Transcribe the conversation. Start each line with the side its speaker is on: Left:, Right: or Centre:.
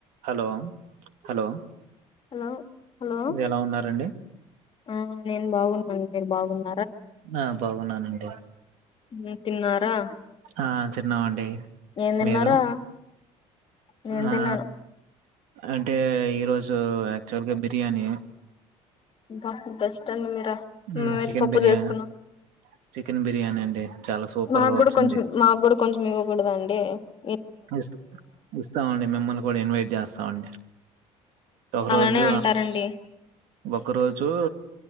Right: Hello hello
Left: hello hello
Right: ఎలా ఉన్నారండి
Left: ఆ నేను బాగున్నాను మీరు బాగున్
Right: ఆ బాగున్నానండి
Left: మీ తిన్నారా
Right: ఆ తిన్నామండి
Left: ఏం తిన్నారా
Right: మీరు
Left: నేను
Right: ఆ
Left: తిన్నాను
Right: అంటే ఈరోజు జో యాక్చువల్ గా బిర్యానీ
Left: బా కస్టంగ్ ఉన్నట్ త
Right: మ్,
Left: మేమైతే
Right: చికెన్
Left: పప్పు
Right: బిర్యానీ
Left: చేసుకున్నాం
Right: చికెన్ బిర్యానీ అండి చాలా సూపర్
Left: మాకు
Right: గా
Left: కూడా
Right: వచ్చింది
Left: కొంచం మాకు కూడా కొంచం ఇవ్వకూడదా అండి ఏ
Right: ఇస్ ఇస్తామండి మిమ్మల్ని కూడా ఇన్వైట్ చేస్తామండి ఒక
Left: అలానే
Right: రోజు
Left: అంటారండి
Right: ఒక రోజు